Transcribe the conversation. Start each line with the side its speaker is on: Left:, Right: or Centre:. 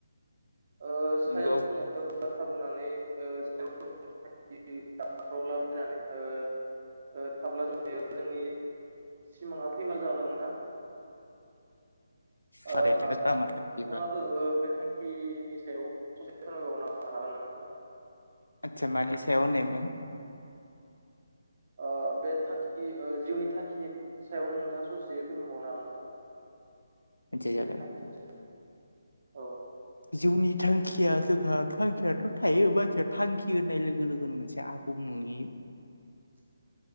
Right: ओ सायाव
Left: नंगौ
Right: जों बाथ्रा बुंनानै ओ सायाव <inaudible> गाबख्रावला बायनानै ओ ओ थाब्ला जोंनि सिमांङा फैमाल जागोन नोथां ओ
Left: थारैनो जामारगोन
Right: नोंथाङाबो
Left: बेबो
Right: बे थांखि <unintelligible> हागोन नामा नोंथां
Left: आतसा मानि सायाव होननायमोन
Right: ओ बे थांखि जिउनि थांखिनि सायावनो नोंथाङा ससे फोरमानबावनो हागोन नोंथां
Left: मिथिजागोन
Right: बे थांखि नि सायाव औ
Left: जिउनि थांखिया जोंहा थांखियाथ' थायो बाथिया थांखि होननाय लोगो लोगोनो मोनसे आबुं नो <inaudible> नि
Right: <inaudible>